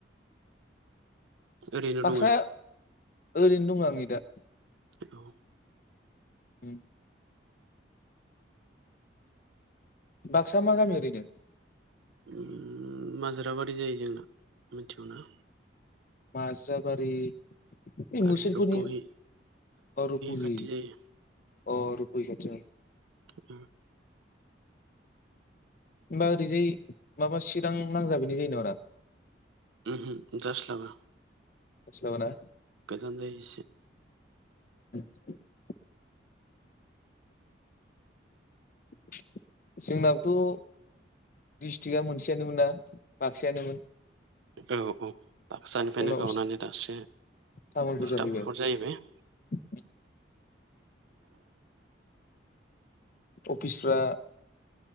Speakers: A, on the right; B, on the left.
A: ओरैनो
B: बाक्सा
A: दङो।
B: ओरैनो दं आङो दा।
A: औ।
B: उम। बाक्सा मा गामि ओरैनो?
A: ओम माजोराबारि जायो जोंना मिथिगौना?
B: माजाबारि, बे मुसलपुरनि
A: आरो रुपहि
B: अ रुपहि।
A: खाथि जायो
B: अ रुपहि खाथियाव।
A: ओम।
B: होमबा ओरैजाय माबा चिरां नांजाब हैनाय जायो नामाब्रा?
A: उमहु जास्लाबा।
B: नोंस्लाबाना
A: गोजान जायो एसे।
B: <inaudible> <inaudible> जोंनाबोथ' डिस्ट्रिकआ मोनसेयानोमोन ना बाक्सायानोमोन?
A: औ औ बाक्सानिफ्रायनो
B: उनाव
A: गावनानै दासो
B: तामुलपुर जाहैबाय
A: तामुलफुर जाहैबाय।
B: <inaudible> अफिसफ्रा